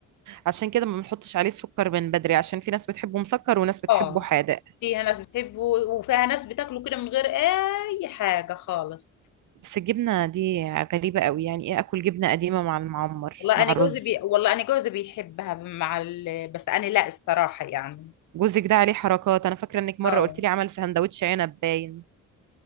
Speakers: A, on the right (about 80°); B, on the left (about 85°).
A: عشان كده ما بنحطش عليه السكر من بدري عشان في ناس بتحبه مسكر وناس بتحبه
B: اه
A: حادق
B: فيها ناس بتحبه وفيها ناس بتاكله كده من غير اي حاجه خالص
A: بس الجبنة دي غريبة قوي يعني ايه اكل جبنة قديمة مع المعمر
B: والله
A: مع
B: انا
A: الرز
B: جوزي بي... والله انا جوزي بيحبها مع ال... بس انا لا الصراحه يعني
A: جوزك ده عليه حركات انا فاكرة انك مرة
B: اه
A: قلت لي عمل سندوتش عنب باين